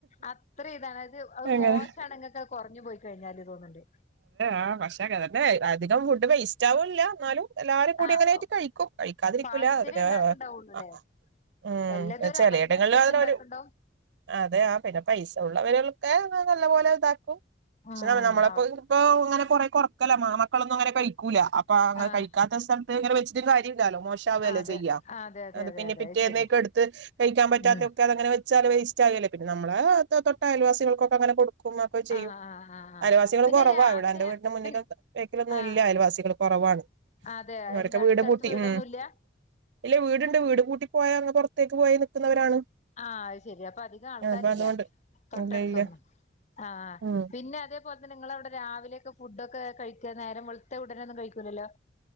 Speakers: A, on the left; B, on the right.
A: അത്ര ഇതാണ് അത് ഔ
B: അങ്ങനെ
A: മോശാണ് നിങ്ങക്ക കുറഞ്ഞു പോയി കഴിഞ്ഞാല് തോന്നിണ്ട്
B: ആ പക്ഷേകതന്നെ അധികം ഫുഡ് വെയ്സ് റ്റാവൂല്ല എന്നാലും എല്ലാരും കൂടി
A: ആഹ്
B: അങ്ങനായിട്ട് കഴിക്കും. കഴിക്കാതിരിക്കൂല.
A: പാകത്തിനെ ഇണ്ടാക്ക്ണ്ടാവുള്ളൂല്ലേ
B: <unintelligible> ഉം
A: എല്ലതും ഒരു
B: ച്ചിലയിടങ്ങളിൽ
A: അളവിനനുസരിച്ച്
B: അങ്ങനൊരു
A: ഇണ്ടാക്ക്ണ്ടാവും
B: അതെ ആ പിന്നെ പൈസ ഉള്ളവരുളൊക്കെ നല്ല പോലെതാക്കും
A: ഉം
B: ക്ഷ നമ്മളിപ്പൊത്
A: ആഹ്
B: പ്പോ അങ്ങനെ കുറേ കുറ ക്കല ആമക്കളൊന്നും അങ്ങനെ കഴിക്കൂല. അപ്പൊ അങ്ങനെ
A: ആഹ്
B: കഴിക്കാത്തേസം <unintelligible> ഇങ്ങനെ വെച്ചിട്ടും കാര്യം ല്ലാലോ? മോശാവല്ലേ
A: അതെ
B: ചെയ്യാ.
A: അതെ അതെ
B: അത്
A: അതെ
B: പിന്നെ
A: അതെ
B: പിറ്റേന്നേക്ക്
A: ശരിയാ
B: എടുത്ത് കഴിക്കാൻ പറ്റാത്തെ
A: ഉം
B: ഒക്കെ അതങ്ങനെ വെ വച്ചാല് വേസ്റ്റ് ആകല്ലേ പിന്നെ നമ്മള് തൊ തൊട്ട അയൽവാസികൾക്കൊക്കെ അങ്ങനെ കൊടു ക്കും ഒക്കെ ചെയ്യും.
A: ആഹ് ആഹ് ആഹ് ആഹ്
B: അയൽവാസികളും
A: പിന്നെ
B: കൊറവാ
A: രാവിലെ
B: ഇവിടെ എന്റെ വീടിന്റെ മുന്നിലും
A: പിന്നെ
B: ബാക്കിലൊന്നും
A: ആഹ്
B: ഇല്ല അയൽവാസികൾ കുറവാണ്.
A: അതെ
B: അവരൊക്കെ
A: എന്താ
B: വീട്
A: അടുത്തടുത്ത്
B: പൂട്ടി
A: വീടൊന്നുല്ല
B: ഉം ഇല്ല വീടുണ്ട് വീട് കൂട്ടി പോയാ അങ്ങ് പുറത്തേക്ക് പോയി നിക്കുന്നവരാണ്
A: ആ അത് ശരി അപ്പൊ അധികം ആൾക്കാരില്ല
B: അപ്പൊ അതുകൊണ്ട്
A: തൊട്ടടുത്തൊന്നും
B: ഇല്ല ഇല്ല
A: ആ
B: ഉം
A: പിന്നെ അത തുപോലെതന്നെ നിങ്ങളവിടെ രാവിലെയൊക്കെ ഫുഡ് ഒക്കെ കഴിക നേരം വെളത്തെ ഉടനെ ഒന്നും കഴിക്കില്ലല്ലോ